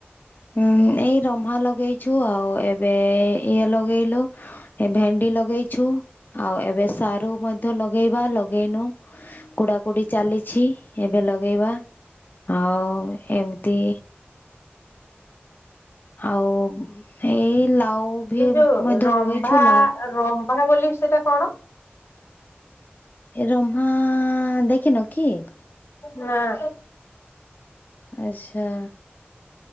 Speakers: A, on the left (about 50°); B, on the left (about 85°).
A: ହୁଁ ଏଇ ରହମା ଲଗେଇଛୁ ଆଉ ଏବେ-ଏ-ଏ-ଏ ଇଏ ଲଗେଇଲୁ ଏ ଭେଣ୍ଡି ଲଗେଇଛୁ ଆଉ ଏବେ ସାରୁ ମଧ୍ୟ ଲଗେଇବା ଲଗେଇନୁ କୁଡା କୁଡି ଚାଲିଛି ଏବେ ଲଗେଇବା। ଆଉ-ଉ-ଉ ଏମିତି ଆଉ-ଉ-ଉ ଏଇ ଲାଉ ବି
B: ଏଇ ଯୋଉ
A: ମଧ୍ୟ
B: ରମ୍ଭା-ଆ
A: ଲଗେଇଛୁ ଲାଉ
B: ରମ୍ଭା ବୋଲି ସେଟା?
A: ଏ ରହମା-ଆ-ଆ-ଆ ଦେଖିନ କି?
B: ନାଁ।
A: ଆଚ୍ଛା।